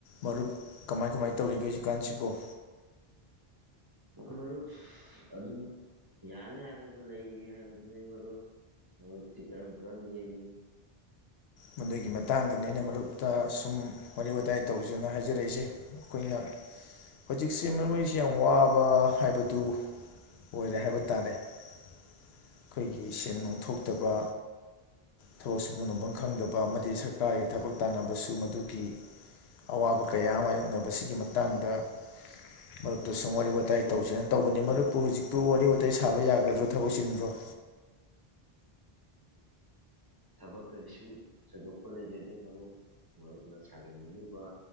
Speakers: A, on the left; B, on the right.
A: ꯃꯔꯨꯞ ꯀꯃꯥꯏ ꯀꯃꯥꯏ ꯇꯧꯔꯤꯒꯦ ꯍꯧꯖꯤꯛꯀꯥꯟꯁꯤꯕꯨ
B: ꯃꯔꯨꯞ ꯑꯗꯨꯝ ꯌꯥꯅ ꯌꯥꯅꯕ ꯂꯩꯔꯤ ꯍꯥꯏꯕꯗꯨꯅꯤ ꯃꯔꯨꯞ ꯃꯔꯨꯞꯇꯤ ꯀꯔꯝ ꯀꯔꯝ ꯂꯦꯜꯂꯤ
A: ꯃꯗꯨꯒꯤ ꯃꯇꯥꯡꯗꯅꯤ ꯑꯩꯅ ꯃꯔꯨꯞꯇ ꯁꯨꯝ ꯋꯥꯔꯤ ꯋꯥꯇꯥꯏ ꯇꯧꯁꯦꯅ ꯍꯥꯏꯖ ꯍꯥꯏꯖꯔꯛꯏꯁꯦ ꯑꯩꯈꯣꯏꯅ ꯍꯧꯖꯤꯛꯁꯦ ꯃꯔꯨꯞ ꯑꯩꯁꯤ ꯌꯥꯝ ꯋꯥꯕ ꯍꯥꯏꯕꯗꯨ ꯑꯣꯏꯔꯦ ꯍꯥꯏꯕ ꯇꯥꯔꯦ ꯑꯩꯈꯣꯏꯒꯤ ꯁꯦꯟ ꯅꯨꯡꯊꯣꯛꯇꯕ ꯊꯕꯛ ꯁꯨꯕ ꯅꯣꯝꯕꯝ ꯈꯪꯗꯕ ꯑꯃꯗꯤ ꯁꯔꯀꯥꯔꯒꯤ ꯊꯕꯛ ꯇꯥꯟꯅꯕꯁꯨ ꯃꯗꯨꯒꯤ ꯑꯋꯥꯕ ꯀꯌꯥ ꯃꯥꯥꯏꯌꯣꯛꯅꯕꯁꯤꯒꯤ ꯃꯇꯥꯡꯗ ꯃꯔꯨꯞꯇ ꯁꯨꯝ ꯋꯥꯔꯤ ꯋꯥꯇꯥꯏ ꯇꯧꯁꯦꯅ ꯇꯧꯕꯅꯤ ꯃꯔꯨꯞꯄꯨ ꯍꯧꯖꯤꯛꯄꯨ ꯋꯥꯔꯤ ꯋꯥꯇꯥꯏ ꯁꯥꯕ ꯌꯥꯒꯗ꯭ꯔꯣ ꯊꯕꯛ ꯆꯤꯟꯕ꯭ꯔꯣ
B: ꯊꯕꯛ ꯀꯔꯤꯁꯨ ꯊꯣꯏꯗꯣꯛꯄ ꯂꯩꯖꯗꯦ ꯃꯔꯨꯞ ꯃꯔꯨꯞꯅ ꯁꯥꯕꯤꯅꯤꯡꯂꯤꯕ